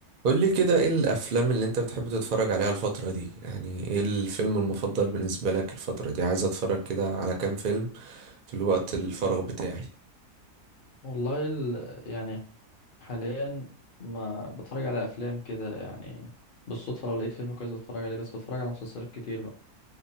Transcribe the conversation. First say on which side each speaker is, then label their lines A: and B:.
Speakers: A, on the right; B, on the left.
A: قولي كده ايه الافلام اللي انت بتحب تتفرج عليها الفترة دي يعني ايه الفيلم المفضل بالنسبة لك الفترة دي عايز اتفرج كده على كام فيلم في الوقت الفراغ بتاعي
B: والله ال... يعني حاليا ما بتفرج على افلام كده يعني بالصدفه لو لقيت فيلم كويس بتفرج عليه بس بتفرج على مسلسلات كتير بقى